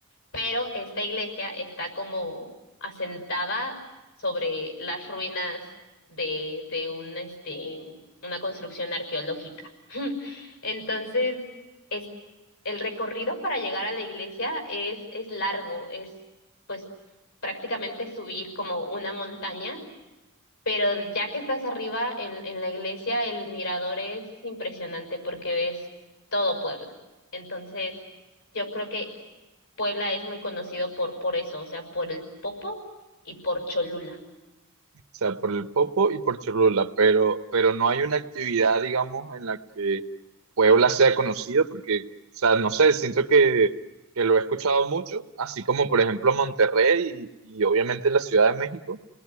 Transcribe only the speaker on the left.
pero esta iglesia está como asentada sobre las ruinas de, de un, este, una construcción arqueológica. <laughs> Entonces, es, el recorrido para llegar a la iglesia es, es largo, es pues prácticamente subir como una montaña. Pero ya que estás arriba en, en la iglesia, el mirador es impresionante porque ves todo Puebla. Entonces, yo creo que Puebla es muy conocido por, por eso, o sea, por el Popo y por Cholula.